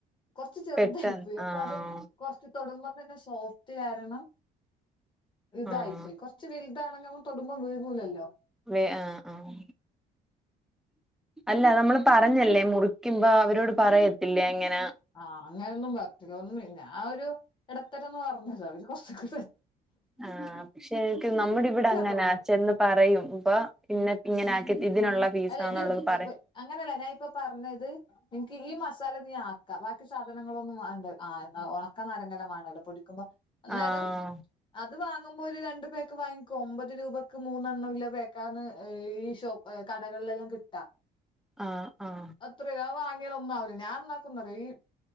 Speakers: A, on the left; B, in the centre.
A: കൊർച്ച് ചെർതായി
B: പെട്ടെന്ന്
A: പോയി അപ്പൊ
B: ആഹ്
A: അത് കൊർച്ച് തൊടുമ്പോ തന്നെ സോഫ്റ്റ് കാരണം ഇതായിപ്പോയി
B: ആഹ്
A: കൊർ കോർച്ച് വെൽതാണെങ്ങ അവൻ തൊടുമ്പോ വിഴ്ങ്ങൂലല്ലോ
B: വേ ആഹ് ആഹ് അല്ല നമ്മള് പറഞ്ഞല്ലേ മുറിക്കുമ്പ അവരോട് പറയത്തില്ലേ അങ്ങനാ
A: ആഹ് അങ്ങനന്നും പറത്തില്ല ഞാഒരു ഇടത്തരന്ന് പറഞ്ഞല്ലോ അവര് കൊർച്ചൊക്കെ
B: ആഹ് പക്ഷെ എക്ക് നമ്മടെ ഇവടെ അങ്ങനാ
A: തോന്നുന്നു
B: ചെന്ന് പറയും പ്പൊ പിന്നെ ഇങ്ങനെ ആക്കി ഇതിനുള്ള ഫീസാന്നുള്ളത്
A: അല്ലെ ഇത്
B: പറയും
A: വെയ് വെയ് അങ്ങനല്ല ഞാൻ ഇപ്പൊ പറഞ്ഞത് നിക്ക് ഈ മസാല നീ ആക്കാ <unintelligible> സാധനങ്ങളൊന്നും വാണ്ടെ ആഹ് ഒണക്ക നാരങ്ങെല്ലാം വാണോലോ പൊടിക്കുമ്പോ അന്നേരം
B: ആഹ്
A: അത് വാങ്ങുമ്പോ ഒരു രണ്ട് പേക്ക് വാങ്ങിക്കോ ഒമ്പത് രൂപക്ക് മൂന്നെണ്ണോല്ല പേക്കാന്ന് ഈ ഷോപ്പ് കടകളിലെല്ലാം കിട്ടാ
B: ആഹ് ആഹ്
A: അത്രേ അത് വാങ്ങിയാ ഒന്നാവൂല ഞാനെന്നാക്കുന്നറിയോ ഈ